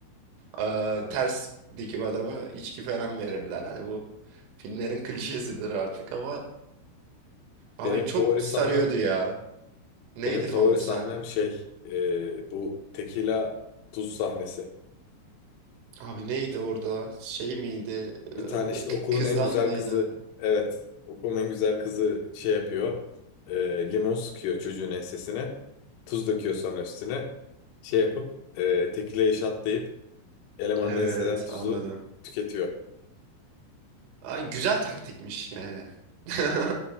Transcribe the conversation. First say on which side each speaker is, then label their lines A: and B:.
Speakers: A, on the right; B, on the left.
A: Aa,
B: Aynen.
A: ters dikip adama içki falan verirler. Hani bu filmlerin klişesidir artık ama abi
B: Benim
A: çok
B: favori
A: sarıyordu
B: sahnem,
A: ya. Neydi
B: benim favori
A: favori
B: sahnem
A: sahnen?
B: şey e, bu tekila tuz sahnesi.
A: Abi neydi orada? Şey miydi?
B: Bir
A: Ee,
B: tane işte
A: k-
B: okulun
A: kızdan
B: en güzel
A: mıydı?
B: kızı, evet, okulun en güzel kızı şey yapıyor. e, limon sıkıyor çocuğun ensesine. Tuz döküyor sonra üstüne. Şey yapıp e, tekile şatlayıp elemanın
A: Evet
B: enseden tuzu
A: anladım.
B: tüketiyor.
A: Ay güzel taktikmiş yani. <laughs>